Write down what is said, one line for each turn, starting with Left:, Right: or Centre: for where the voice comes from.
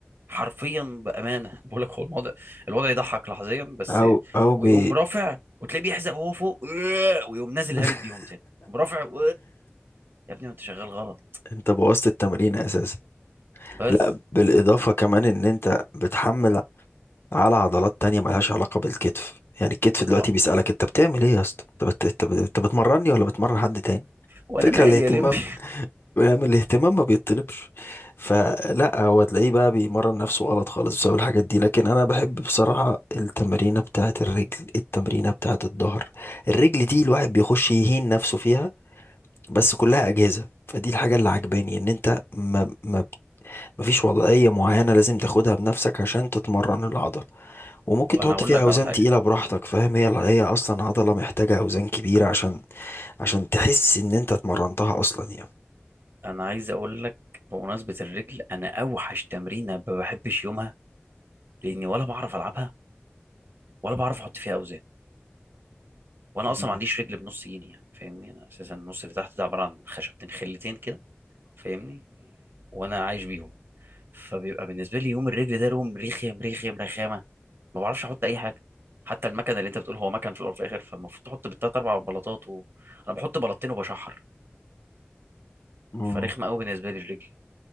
Right: حرفيا بأمانة <laughs> بقول لك هو الموضوع الوضع يضحك لحظيا بس
Left: او او
Right: ويقوم
Left: بي
Right: رافع وتلاقيه بيحزق وهو فوق <laughs> ويقوم نازل
Left: <laughs>
Right: هابط بيهم تاني يقوم رافع <laughs> يا ابني ما انت شغال غلط
Left: انت بوظت التمرين اساسا
Right: بس
Left: لا بالإضافة كمان إن أنت بتحمل على عضلات تانية ملهاش علاقة بالكتف يعني الكتف
Right: طبعا
Left: دلوقتي بيسألك أنت بتعمل إيه يا اسطى أنت بت... أنت بت... أنت بتمرني ولا بتمرن حد تاني
Right: وانا
Left: فكرة
Right: مالي
Left: الاهتمام
Right: يا لمبي
Left: يعني الاهتمام ما بيطلبش فلا هو تلاقيه بقى بيمرن نفسه غلط خالص بسبب الحاجات دي لكن أنا بحب بصراحة التمرينة بتاعة الرجل التمرينة بتاعة الظهر الرجل دي الواحد بيخش يهين نفسه فيها بس كلها أجهزة فدي الحاجة اللي عجباني إن أنت ما ما مفيش وضعية معينة لازم تاخدها بنفسك عشان تتمرن العضلة وممكن
Right: <laughs> طب
Left: تحط
Right: انا هقول
Left: فيها
Right: لك
Left: أوزان
Right: على حاجة
Left: تقيلة براحتك فاهم هي هي أصلا عضلة محتاجة أوزان كبيرة عشان عشان تحس إن أنت اتمرنتها أصلا يعني
Right: انا عايز اقول لك بمناسبة الرجل انا اوحش تمرينة ما بحبش يومها لاني ولا بعرف العبها ولا بعرف احط فيها اوزان وانا اصلا
Left: مم.
Right: ما عنديش رجل بنص جيني يعني فاهمني انا اساسا النص اللي تحت ده عباره عن خشبتين خلتين كده فاهمني وانا عايش بيهم فبيبقى بالنسبه لي يوم الرجل ده يوم رخم رخم رخامه ما بعرفش احط اي حاجه حتى المكنه اللي انت بتقول هو مكن في الاول وفي الاخر فالمفروض تحط بالتلات اربع بلاطات و... انا بحط بلاطتين وبشحر
Left: مم.
Right: فرخمه قوي بالنسبه لي الرجل